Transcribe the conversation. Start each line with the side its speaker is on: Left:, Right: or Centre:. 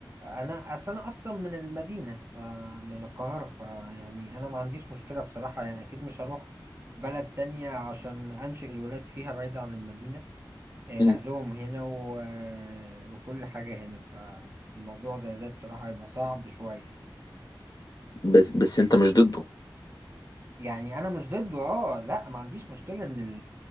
Right: انا اصل انا اصلا من المدينة ف- من القاهرة فيعني انا ما عنديش مشكلة بصراحة يعني اكيد مش هروح بلد تانية عشان انشئ الولاد فيها بعيد عن المدينة آه،
Left: مم.
Right: اهلهم هنا و... آه، وكل حاجة هنا فالموضوع زي ده بصراحة هيبقى صعب شوية
Left: بس بس أنت مش ضده
Right: يعني انا مش ضده اه لا ما عنديش مشكله ان